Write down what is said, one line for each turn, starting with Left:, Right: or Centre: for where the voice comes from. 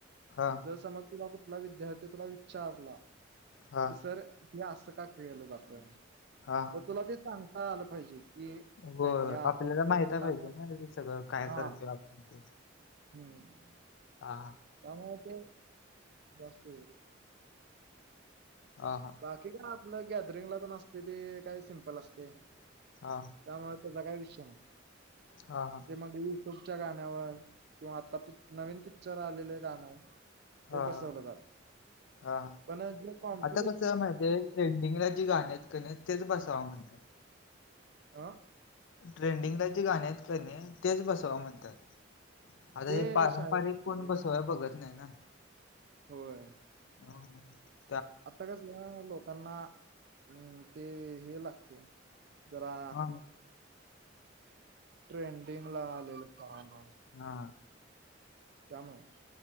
Left: हा
Right: जर समज तुला कुठला विद्यार्थी तुला विचारला
Left: हा
Right: की सर हे असं का केलं जात
Left: हा
Right: तर तुला ते सांगता आलं पाहिजे. ही
Left: होय
Right: नाय या असं
Left: आपल्याला
Right: वाटतंय
Left: माहिती
Right: पण
Left: पाहिजे
Right: आम्हाला
Left: ना हे सगळं काय करतोय
Right: हा <unintelligible>
Left: आपण ते
Right: हम्म.
Left: हा.
Right: त्यामुळ <unintelligible> ते बेस्ट आहे.
Left: आ हा.
Right: बाकी काय आपलं गॅदरिंगला तेन असतय ते काय सिम्पल असतंय.
Left: हा.
Right: त्यामुळे त्याजा काय विषय नाही.
Left: हा हा.
Right: ते मग युट्यूबच्या गाण्यावर किंवा आता प नवीन पिक्चर आलेल्या गाण्याव
Left: हा
Right: ते बसवलं
Left: हा
Right: जलं
Left: हा
Right: पण जोम <unintelligible>
Left: आता कसं माहितीये ट्रेंडिंगला जी गाणी आहेत कनी तेच बसवा म्हणतात.
Right: आं?
Left: ट्रेंडिंगला जी गाणी आहेत का नाही तेच बसवा म्हणे त्यात आता
Right: ते
Left: हे पारंपरिक
Right: शाळेत होतं
Left: कोण
Right: रे
Left: बसवाय बघत नाही ना.
Right: होय.
Left: हो <unintelligible>
Right: आता कसाल लोकांना अं ते हे लागतय. जरा
Left: हा
Right: ट्रेंडिंग ला आलेल साँग
Left: हा
Right: त्यामुळ